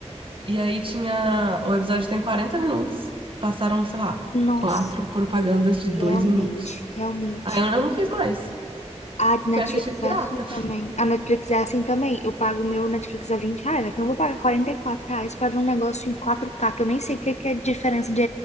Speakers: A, on the right; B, on the left.
A: E aí tinha. O episódio tem 40 minutos. Passaram, sei lá,
B: Nossa,
A: quatro propagandas de
B: realmente,
A: dois minutos.
B: realmente.
A: Aí eu, eu não quis mais.
B: A Netflix
A: Fui assistir o Pirata.
B: é assim também. A Netflix é assim também. Eu pago o meu Netflix a 20 reais, né? Que eu não vou pagar 44 reais pra ver um negócio em quatro k que eu nem sei o que que é a diferença de